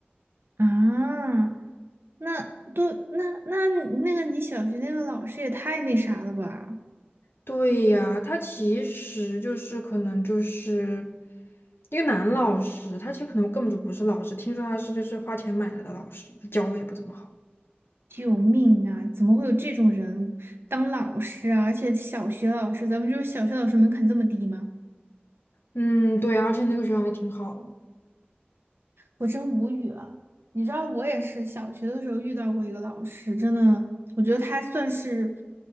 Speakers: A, on the right; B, on the left.
A: 啊，那都那那那个你小学那个老师也太那啥了吧！
B: 对呀，他其实就是可能就是一个男老师，他其实可能根本就不是老师，听说他是就是花钱买来的老师，教的也不怎么好。
A: 救命啊！怎么会有这种人当老师啊？而且小学老师，咱们就是小学老师门槛这么低吗？
B: 嗯，对啊，而且那个学校还挺好的。
A: 我真无语了。你知道，我也是小学的时候遇到过一个老师，真的，我觉得他算是